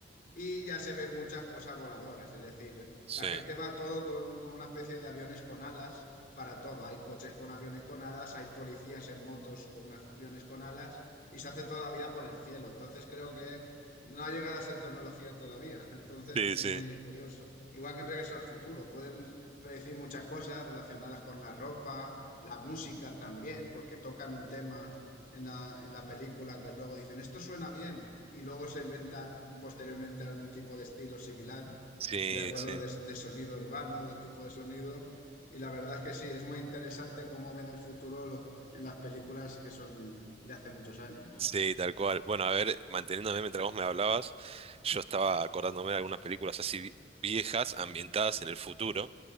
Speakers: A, on the left; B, on the right.
A: y ya se ven muchas cosas voladoras, es decir,
B: Sí,
A: la gente va todo con, con una especie de aviones con alas para todo. Hay coches con aviones con alas, hay policías en motos con aviones con alas y se hace toda la vida por el cielo. Entonces creo que no ha llegado a ser tecnología todavía. <laughs> Entonces
B: sí,
A: es
B: sí,
A: muy curioso. Igual que en Regreso al Futuro, pueden predecir muchas cosas relacionadas con la ropa, la música también, porque tocan un tema en la, en la película que luego dicen, esto suena bien, y luego se inventa posteriormente algún tipo de estilo similar,
B: sí,
A: ¿de acuerdo?
B: sí,
A: De, de sonido urbano, de tipo de sonido. Y la verdad es que sí, es muy interesante cómo ven el futuro en las películas que son de hace muchos años.
B: sí, tal cual. Bueno, a ver, manteniéndome mientras vos me hablabas, yo estaba acordándome de algunas películas así vi- viejas, ambientadas en el futuro.